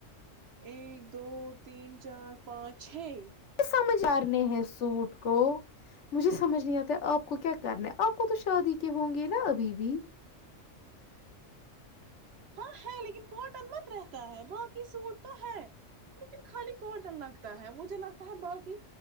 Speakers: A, on the right; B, on the left.
A: یہ <unintelligible> دو تین چار پانچ چھ
B: سمجارنے ہیں سوٹ کو مجھے سمجھ نہیں آتا آپ کو کیا کرنا ہے آپ کو تو شادی کے ہوں گے نا ابھی بھی
A: ہاں ہے لیکن کاٹن مت رہتا ہے باقی سوٹ تو ہے لیکن خالی کاٹن لگتا ہے مجھے لگتا ہے باقی